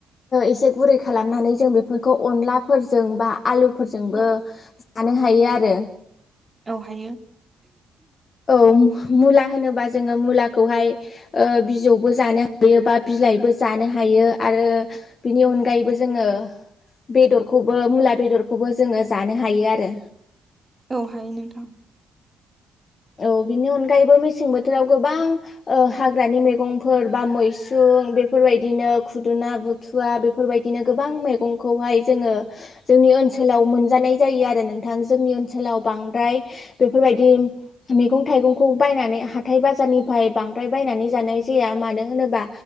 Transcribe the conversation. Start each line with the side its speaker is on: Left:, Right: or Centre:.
Left: एसे गुरै खालामनानै जों बेखौ बेफोरखौ अनलाफोरजोंबा आलुफोरजोंबो
Right: औ
Left: लानो हायो आरो
Right: बेवहायो
Left: औ मुला होनोबा जोङो मुलाखौहाय बिजौबो जानो हायो बा बिलाइबो जानो हायो आरो बिनि अनगायैबो जोङो बेदरखौबो मुला बेदरखौबो जोङो जानो हायो आरो
Right: औ हायो नोंथां
Left: औ बिनि अनगायैबो मेसें बोथोराव गोबां हाग्रानि मैगंफोर बा मैसुं बेफोरबायदिनो खुदुना बुथुवा बेफोरबायदिनो गोबां मैगं खौहाय जोङो जोंनि ओनसोलाव मोनजानाय जायो आरो नोंथां जोंनि ओनसोलाव बांद्राय बेफोरबायदि बिदि मैगं थाइगंखौ बायनानै हाथाय बाजारनिफ्राय बांद्राय बायनानै जानाय जाया मानो होनोबा